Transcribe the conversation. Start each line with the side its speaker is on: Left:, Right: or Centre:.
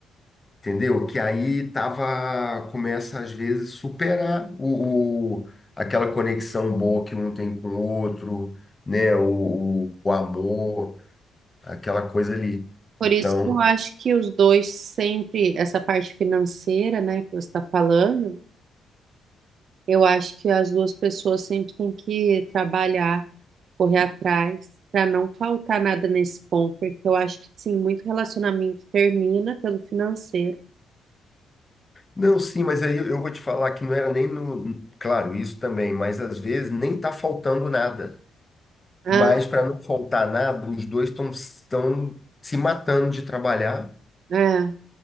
Left: Entendeu? Que aí tava, começa às vezes superar o, o- aquela conexão boa que um tem com o outro, né? O, o, amor, aquela coisa ali.
Right: Por
Left: Então,
Right: isso que eu acho que os dois sempre, essa parte financeira, né, que você está falando, eu acho que as duas pessoas sempre têm que trabalhar, correr atrás, para não faltar nada nesse ponto, porque eu acho que sim, muito relacionamento termina pelo financeiro.
Left: não, sim, mas aí eu vou te falar que não era nem no, claro, isso também, mas às vezes nem tá faltando nada.
Right: Ah,
Left: Mas para não faltar nada, os dois estão estão se matando de trabalhar,
Right: é,